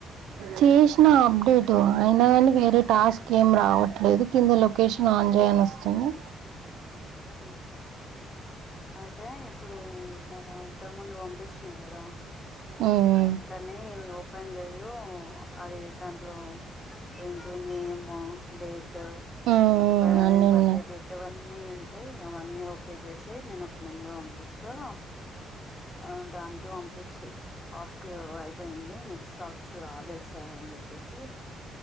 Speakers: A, on the right; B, on the left.
A: చేసినా అప్డేట్ టు అయిన గానీ వేరే టాస్క్ ఏం రావట్లేదు. కింద లొకేషన్ ఆన్ చేయి అని వస్తు చిన్న
B: ఉమ్ అయితే ఇప్పుడు మనం ఇంతకు ముందు పంపించిన గదా
A: ఉమ్,
B: తానే ఎవో పని చేయు అది దాంట్లో ఏంటి నేము డేట్ టు
A: ఉమ్,
B: బా
A: అన్నీ
B: ఏం బర్డే
A: ఉన్నాయి
B: డేట్ ఆవన్నీ అయి అవన్నీ ఓకే చేసేయి నేను ఒక నెంబర్ పంపిస్తా ఆ దానికె పంపించ్చేయి. టాస్క్ వయ్ పోయింది. నెక్స్ట్ టాక్స్ రాలెద్ సర్ అని చెప్పేసి